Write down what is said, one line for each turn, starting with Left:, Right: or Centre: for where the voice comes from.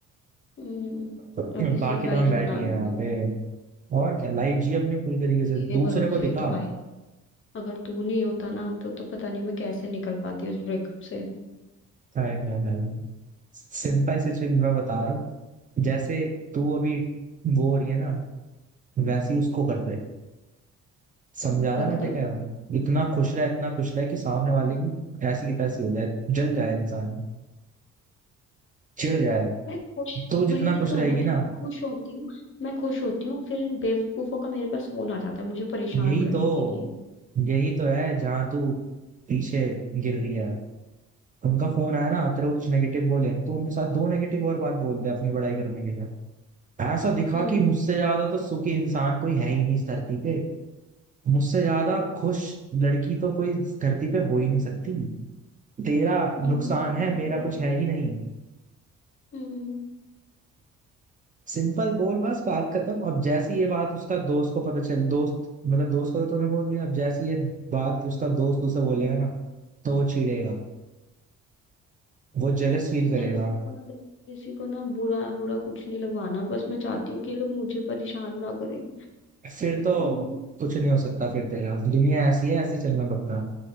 Left: हम्म
Right: बाकी
Left: अभी से लाइफ
Right: तो हम बैठ
Left: बना
Right: ही
Left: लूंगी
Right: हैं यहाँ पे और क्या लाइफ जी अपने पूरी तरीके से
Left: तेरे
Right: दूसरे
Left: भरोसे
Right: को दिखा
Left: ही तो भाई अगर तू नहीं होता ना तो तो पता नहीं मैं कैसे निकल पाती उस ब्रेकअप से
Right: नहीं नहीं नहीं सिंपल सिचुएशन मैं बता रहा हूँ जैसे तू अभी वो हो रही है ना वैसी उसको कर दे समझा रहा
Left: मतलब
Right: मैं क्या कह रहा हूँ इतना खुश रहा इतना खुश रहा कि सामने वाले की ऐसी की तैसी हो जाए जल जाए इंसान चिढ़ जाए
Left: मैं खुश
Right: तू जितना
Left: वही
Right: खुश
Left: तो
Right: रहेगी
Left: है ना कि
Right: ना
Left: मैं खुश होती हूँ मैं खुश होती हूँ फिर इन बेवकूफों का मेरे पास फोन आ जाता है मुझे परेशान
Right: यही
Left: करने
Right: तो
Left: के लिए
Right: यही तो है जहाँ तू पीछे गिर रही है उनका फोन आया ना तेरे को कुछ नेगेटिव बोले तो उनके साथ दो नेगेटिव और बात बोल दे अपनी बड़ाई करने के लिए ऐसा दिखा
Left: हम्म
Right: कि मुझसे ज्यादा तो सुखी इंसान कोई है ही नहीं इस धरती पे मुझसे ज्यादा खुश लड़की तो कोई इस धरती पे हो ही नहीं सकती तेरा नुकसान
Left: ये भी बात ठीक
Right: है मेरा
Left: है
Right: कुछ है ही नहीं
Left: हम्म
Right: सिंपल बोल बस बात खत्म अब जैसी ये बात उसका दोस्त को पता चल दोस्त मतलब दोस्त को तो तूने बोल दिया अब जैसी ये बात उसका दोस्त उसे बोलेगा ना तो वो चिढ़ेगा वो जेलस फील करेगा
Left: या उनको ना देख- किसी को ना बुरा बुरा कुछ नहीं लगवाना बस मैं चाहती हूँ कि ये लोग मुझे परेशान ना करें
Right: फिर तो
Left: हम्म,
Right: कुछ नहीं हो सकता फिर तेरा दुनिया ऐसी है ऐसी चलना पड़ता है